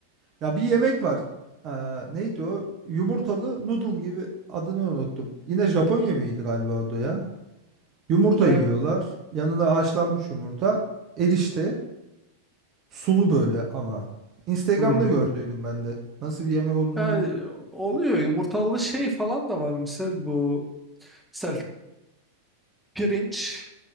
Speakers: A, on the right; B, in the centre.
A: Ya bir yemek var. Ee, neydi o? Yumurtalı noodle gibi adını unuttum. Yine Japon yemeğiydi galiba o da ya. Yumurta
B: Yani,
A: yiyorlar. Yanına haşlanmış yumurta. Erişte. Sulu böyle ama. Instagram'da
B: hmm,
A: gördüydüm ben de. Nasıl bir yemek olduğunu
B: yani
A: bil.
B: oluyor yumurtalı şey falan da var misal bu misal pirinç.